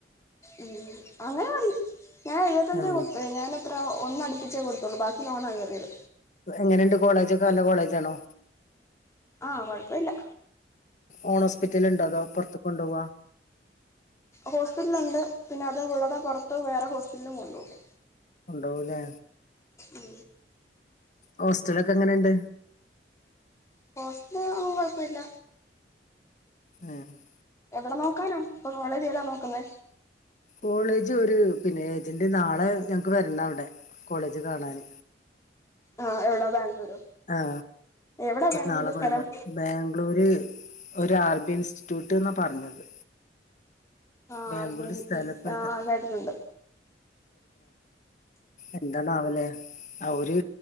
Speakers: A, on the left; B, on the left.
A: ഉം അങ്ങനെ മതി ഞാൻ എഴുപത്തഞ്ചേ
B: ആഹ്
A: കൊടുത്ത് ഞാൻ എത്ര ഒന്ന് അടുപ്പിച്ചേ കൊടുത്തുള്ളൂ ബാക്കി ലോണാ കയറിയത്
B: എങ്ങനെയുണ്ട് കോളേജൊക്കെ നല്ല കോളേജാണോ?
A: ആ കൊഴപ്പവില്ല.
B: ഓൺ ഹോസ്പിറ്റല് ഇണ്ടോ അതോ പുറത്ത് കൊണ്ടു പോവ?
A: ഹോസ്പിസ്റ്റലുണ്ട് പിന്നെ അത് കൂടാതെ പുറത്ത് വേറെ ഹോസ്പിസ്റ്റലിലും കൊണ്ടുപോകും
B: കൊണ്ട്പോവൂല്ലേ
A: ഉം
B: ഹോസ്റ്റലൊക്കെ എങ്ങനെ ഉണ്ട്?
A: ഹോസ്റ്റല് ഒന്നും കുഴപ്പമില്ല
B: ആ <unintelligible>
A: എവിടെ നോക്കാനാ ഇപ്പൊ കോളേജ് ഏതാ നോക്കുന്നേ
B: കോളേജ് ഒരു പിന്നെ ഏജന്റ് നാളെ ഞങ്ങക്ക് വരണുണ്ട് അവിടെ കോളേജ് കാണാന്
A: ആ എവിടാ ബാംഗ്ലൂരോ
B: ആ
A: എവിടാ ബാംഗ്ലൂര്
B: നാളെ കൊണ്ടെന്ന്
A: സ്ഥലം
B: ബാംഗ്ലൂര് ഒരു അറബി ഇൻസ്റ്റിറ്റ്യൂട്ട് എന്നാ പറഞ്ഞത്
A: ആ
B: ബാംഗ്ലൂര്
A: ആർ ഡി എൻ
B: സ്ഥലപ്പേതാ
A: ആ കേട്ടട്ടുണ്ട്.
B: എന്താണാവല്? ആ ഒരു